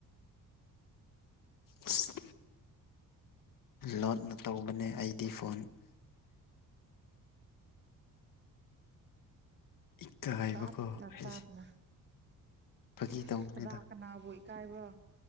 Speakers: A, on the left; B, on the right.
A: ꯑꯁ ꯂꯣꯠꯅ ꯇꯧꯕꯅꯦ ꯑꯩꯗꯤ ꯐꯣꯟ ꯏꯀꯥꯏꯕꯀꯣ
B: ꯇꯥꯞꯅ
A: ꯑꯩꯁ
B: ꯇꯥꯞꯅ
A: ꯐꯥꯒꯤ
B: ꯁꯥꯁ
A: ꯇꯧꯕꯅꯤꯗ
B: ꯀꯅꯥ ꯀꯅꯥꯕꯨ ꯏꯀꯥꯏꯕ꯭ꯔꯣ